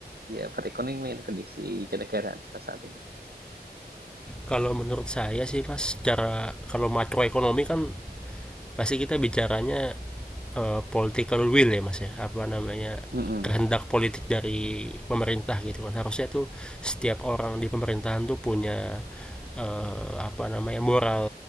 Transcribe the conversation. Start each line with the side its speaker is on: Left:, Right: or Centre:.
Right: ya perekonomian kondisi kenegaraan kita saat ini.
Centre: Kalau menurut saya sih Mas, secara kalau makroekonomi kan pasti kita bicaranya eh, political will ya Mas ya, apa namanya
Right: Mm-mm.
Centre: kehendak politik dari pemerintah gitu kan. Harusnya tuh setiap orang di pemerintahan tuh punya eh, apa namanya moral